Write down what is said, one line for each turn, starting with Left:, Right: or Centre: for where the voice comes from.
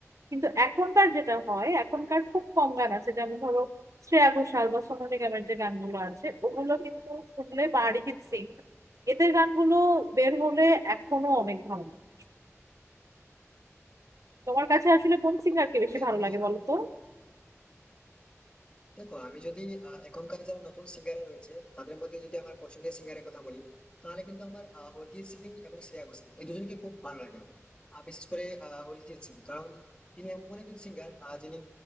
Right: কিন্তু এখনকার যেটা হয় এখনকার খুব কম গান আছে যেমন ধরো শ্রেয়া ঘোষাল বা সোনু নিগমের যে গানগুলো আছে ওগুলো কিন্তু শুনলে বা অরিজিৎ সিং এদের গানগুলো বের হলে এখনো অনেক ভালো লাগে তোমার কাছে আসলে কোন সিঙ্গারকে বেশি
Left: হ্যাঁ
Right: ভালো
Left: তুমি
Right: লাগে বলো তো
Left: দেখো আমি যদি আহ, এখনকার যারা নতুন সিঙ্গার রয়েছে তাদের মধ্যে যদি আমার পছন্দের সিঙ্গারের কথা বলি তাহলে কিন্তু আমার আহ, অরিজিৎ সিং এবং শ্রেয়া ঘোষাল এই দুজনকে খুব ভালো লাগে আমার আর বিশেষ করে আহ, অরিজিৎ সিং কারণ তিনি এমন একজন সিঙ্গার যিনি